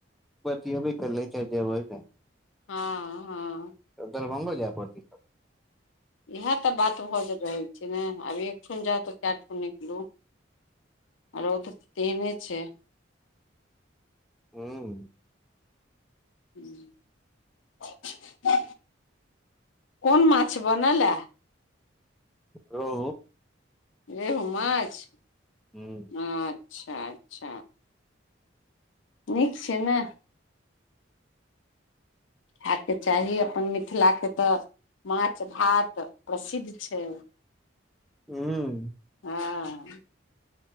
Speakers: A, in the centre; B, on the left.
A: बतियबई कले छै जेबई ने।
B: हँ हँ
A: दरभंगो जाय परति का।
B: इएह तऽ बात भऽ रहल छै न, आ एक ठन जाउ तऽ चार ठन निकलू आ रौद तीने छै।
A: ह्म्म
B: ह्म, कोन माछ बनला।
A: ग्रो
B: ए हो माछ।
A: हम्म
B: अच्छा अच्छा। नीक छै न। खायके चाही अपन मिथिला के तऽ माछ भात प्रसिद्ध छै।
A: ह्म्म।
B: हँ।